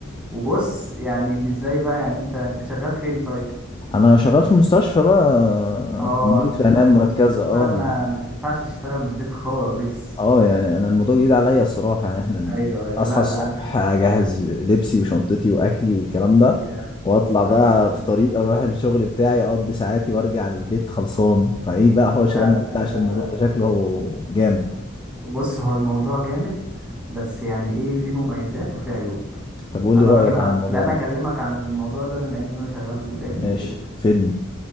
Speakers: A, in the centre; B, on the left.
A: وبص يعني مش زي بقى يعني انت انت شغال فين طيب
B: انا شغال في المستشفى بقى
A: اه
B: تمريض
A: انت
B: في
A: شغال
B: العنايه المركزه
A: في مستشفى
B: اه
A: ما ما تنفعش تشتغل من البيت خالص
B: اه يعني انا الموضوع جديد عليا الصراحه يعني احنا
A: ايوه ايوه
B: اصحى
A: لا
B: الصبح
A: لا انا
B: اجهز لبسي وشنطتي واكلي والكلام ده
A: يا
B: واطلع
A: ده انت راجل
B: بقى
A: قديم
B: في طريق اروح الشغل بتاعي اقضي ساعاتي وارجع للبيت خلصان فايه بقى حوار شغال
A: لا
B: البيت
A: لا
B: ده عشان
A: لا
B: الموضوع
A: لا
B: ده
A: لا.
B: شكله جامد
A: بص هو الموضوع جامد بس يعني ايه في مميزات وفي عيوب
B: طب قول
A: انا
B: لي رايك
A: راجل
B: عن
A: ع-
B: الموضوع
A: لا انا
B: ده
A: اكلمك عن الموضوع ده بما ان انا شغال
B: ماشي
A: من البيت
B: فدني